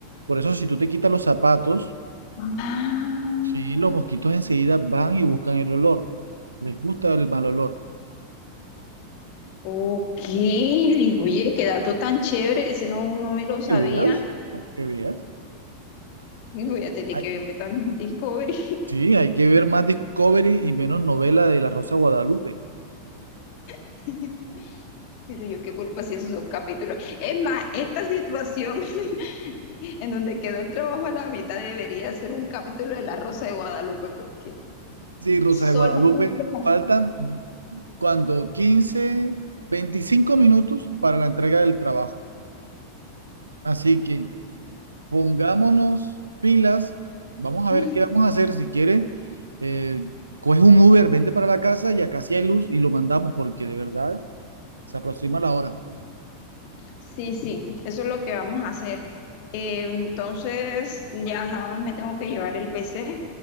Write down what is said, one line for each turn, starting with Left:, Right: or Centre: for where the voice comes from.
Right: Por eso, si tú te quitas los zapatos,
Left: Ah,
Right: sí, los mosquitos enseguida van y buscan el olor. Les gusta el mal olor.
Left: ok, oye, qué dato tan chévere, ese no, no me lo sabía.
Right: Que veas, que veas.
Left: Y voy a tener
Right: Ay,
Left: que verme también Discovery.
Right: sí, hay que ver más Discovery y menos novela de la Rosa de Guadalupe.
Left: <laughs> Pero yo qué culpa si esos son capítulos. Es más, esta situación <laughs> en donde quedó el trabajo a la mitad debería ser un capítulo de La Rosa de Guadalupe, porque
Right: Sí, Rosa
Left: solamente...
Right: de Guadalupe. Faltan cuando 15 25 minutos para la entrega del trabajo. Así que pongámonos pilas, vamos a
Left: <laughs>
Right: ver qué vamos a hacer. Si quiere, eh, coge un Uber, vente para la casa y acá sí hay luz y lo mandamos porque de verdad se aproxima la hora.
Left: Sí, sí, eso es lo que vamos a hacer. Eh, entonces, ya nada más me tengo que llevar el PC